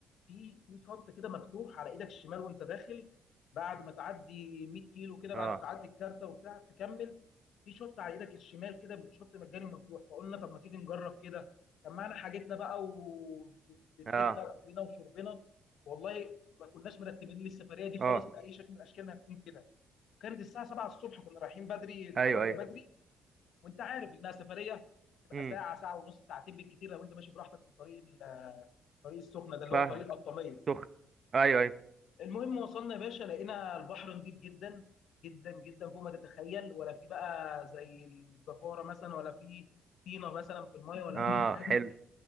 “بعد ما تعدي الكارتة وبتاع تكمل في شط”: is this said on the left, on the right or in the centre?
Left